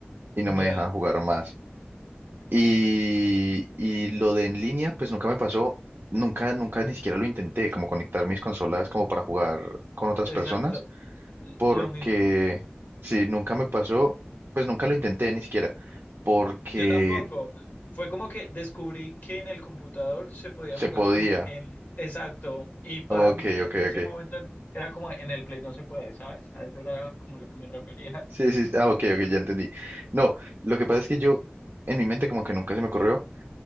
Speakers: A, on the right (about 55°); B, on the left (about 50°).
A: y no
B: Ya,
A: me dejaba jugar más. Y, y lo de en línea, pues nunca me pasó, nunca, nunca ni siquiera lo intenté, como conectar mis consolas como para jugar con otras
B: exacto,
A: personas,
B: l-
A: porque
B: lo mismo.
A: si nunca me pasó, pues nunca lo intenté ni siquiera, porque
B: Yo tampoco. Fue como que descubrí que en el computador se podía
A: se
B: jugar
A: podía.
B: como el Exacto. Y para
A: Ok,
B: mí en
A: ok,
B: ese
A: ok.
B: momento en- era como en el Play no se puede, ¿sabes? A eso era como lo que me refería. <laughs>
A: Sí, sí, ah, ok, ok, ya entendí. No, lo que pasa es que yo, en mi mente como que nunca se me ocurrió,